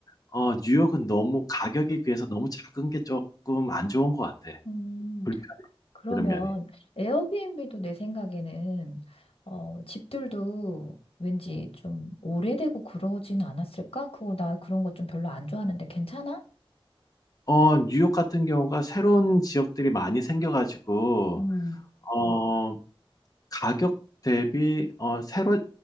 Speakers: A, on the left (about 35°); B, on the left (about 75°).
A: 어 뉴욕은 너무 가격에 비해서 너무 작은 게 쪼끔 안 좋은 것 같아.
B: 음,
A: 불편해
B: 그러면
A: 그런 면이.
B: 에어비앤비도 내 생각에는 어, 집들도 왠지 좀 오래되고 그러진 않았을까? 그거 나 그런 거 좀 별로 안 좋아하는데 괜찮아?
A: 어 뉴욕 같은 경우가 새로운 지역들이 많이 생겨 가지고
B: 음.
A: 어 가격 대비 어 새로